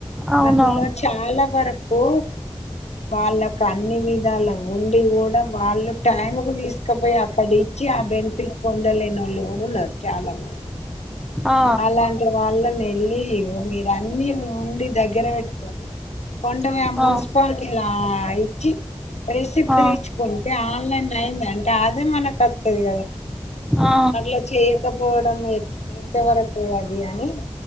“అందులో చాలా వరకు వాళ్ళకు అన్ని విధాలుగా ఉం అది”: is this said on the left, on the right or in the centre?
Left